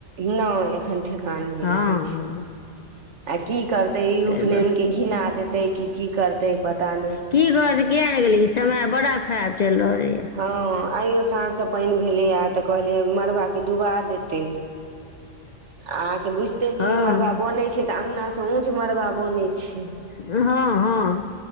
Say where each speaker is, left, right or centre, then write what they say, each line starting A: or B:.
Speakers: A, on the right (about 70°); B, on the left (about 65°).
A: न एखन ठेकान नहि
B: हँ
A: रहे छै
B: हँ
A: आ की करते ई
B: ताहि
A: उपनयन
B: दुआरे
A: के घिना देतै कि की करतै पता नहि
B: की कहब किया ने गेले ई समय बड़ा खराब चल रहले यऽ
A: हँ आइयो साँझसे पानि भेलैय तऽ कहलियै मड़बाके डुबा देतै अहाँके बुझिते छियै
B: हँ
A: मड़बा बनैत छै तऽ अङ्गनासँ ऊँच मड़बा बनैत छै
B: हँ हँ